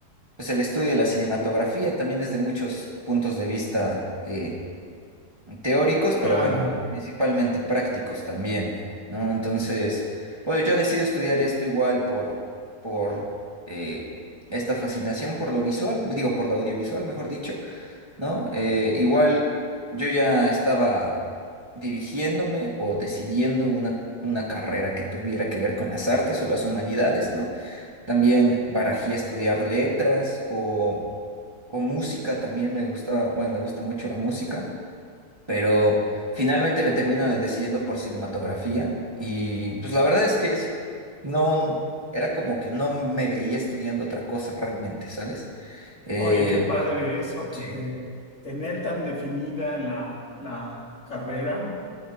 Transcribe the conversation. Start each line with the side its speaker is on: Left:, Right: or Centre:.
Right: pues el estudio de la cinematografía también desde muchos puntos de vista eh, teóricos, pero
Left: Claro,
Right: bueno, principalmente prácticos también, ¿no? Entonces, oye, yo decido estudiar esto igual por, por eh, esta fascinación por lo visual, digo, por lo audiovisual, mejor dicho, ¿no? Eh, igual yo ya estaba dirigiéndome o decidiendo una, una carrera que tuviera que ver con las artes o las humanidades, ¿no? También barajé estudiar letras o, o música, también me gusta, bueno, me gusta mucho la música, pero finalmente me termino de- decidiendo por cinematografía y pues la verdad es que es, no, era como que no me veía estudiando otra cosa realmente, ¿sabes? Eh,
Left: oye, qué padre eso, porque
Right: Sí.
Left: tener tan definida la, la carrera